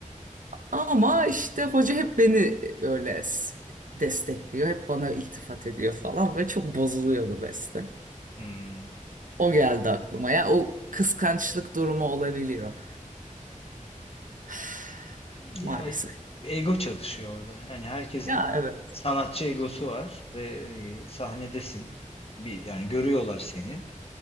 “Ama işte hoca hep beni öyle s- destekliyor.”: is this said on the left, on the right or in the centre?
Right